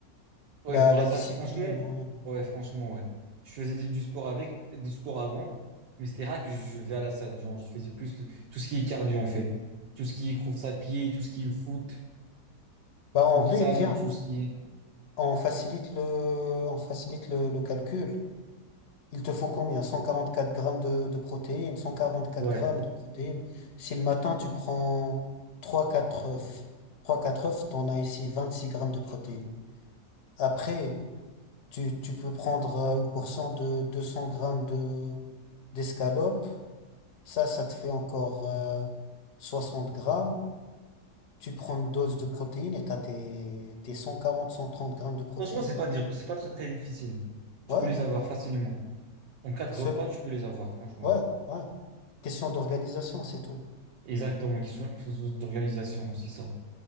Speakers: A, on the right (about 75°); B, on the left (about 55°).
A: Ouais,
B: la,
A: pour
B: la
A: la
B: discipline.
A: salle, franchement,
B: hein.
A: ouais, franchement, ouais. Je faisais du du sport avec, du sport avant, mais c'était rare que je vais à la salle. Genre, je faisais plus le- tout ce qui est cardio, en fait. Tout ce qui est course à pied, tout ce qui est foot,
B: Bah,
A: futsal,
B: en vrai, viens.
A: tout ce qui est,
B: On facilite le, on facilite le, le calcul. Il te faut combien? cent quarante quatre grammes de, de protéines. cent quarante quatre
A: ouais.
B: grammes de protéines. Si le matin, tu prends trois quatre œufs. trois quatre œufs, t'en as ici 26 grammes de protéines. Après, tu, tu peux prendre euh, une portion de 200 grammes de, d'escalope. Ça, ça te fait encore euh, 60 grammes. Tu prends une dose de protéines et t'as tes, tes cent quarante cent trente grammes de protéines.
A: Franchement, c'est pas dur, c'est pas très, très difficile.
B: Ouais,
A: Tu peux les avoir facilement. En quatre
B: seul,
A: repas, tu peux les avoir, franchement.
B: ouais, ouais. Question d'organisation, c'est tout.
A: Exactement, qui sont, qui sont d'organisation, c'est ça.